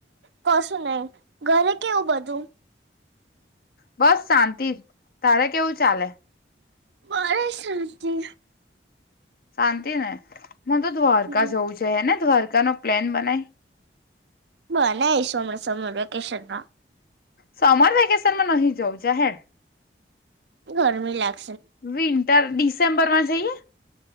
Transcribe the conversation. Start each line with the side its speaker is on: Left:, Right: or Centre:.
Right: કશું નહી, ઘરે કેવું બધું?
Left: બસ શાંતિ તારે કેવું ચાલે?
Right: ઘરે શાંતિ.
Left: શાંતિ ને? હું તો દ્વારકા
Right: હમ
Left: જઉ છે હે ને. દ્વારકા નો પ્લેન બનાય.
Right: બને આઇશું સમર વેકેશનમાં.
Left: સમર વેકેશન માં નહી જઉં જાહેર.
Right: <unintelligible>
Left: વિન અત્યારે ડિસેમ્બર માં જઈએ?